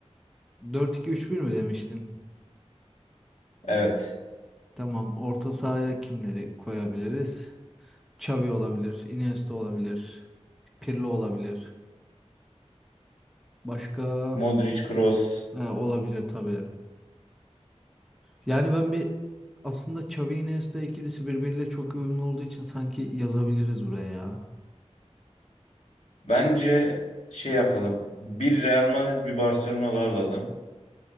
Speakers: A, in the centre; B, on the left.
A: Dört iki üç bir mi demiştin?
B: Evet.
A: Tamam. Orta sahaya kimleri koyabiliriz? Xavi olabilir. Iniesta olabilir. Pirlo olabilir. Başka?
B: Modric Kroos.
A: Ha, olabilir tabii. Yani ben bir aslında Xavi Iniesta ikilisi birbiriyle çok uyumlu olduğu için sanki yazabiliriz buraya ya.
B: Bence şey yapalım. Bir Real Madrid bir Barcelona'lı alalım.